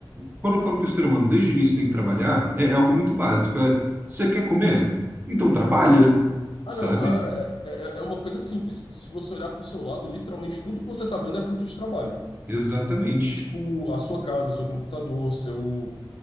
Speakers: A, on the right (about 20°); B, on the left (about 80°).
A: quando eu falo que o ser humano desde o início tem que trabalhar, é, é algo muito básico. É, você quer comer? Então trabalha,
B: Ah,
A: sabe?
B: não, a- a- é, é, é uma coisa simples. Se você olhar para o seu lado, literalmente tudo que você tá vendo é fruto de trabalho.
A: Exatamente.
B: Tipo, a sua casa, seu computador, seu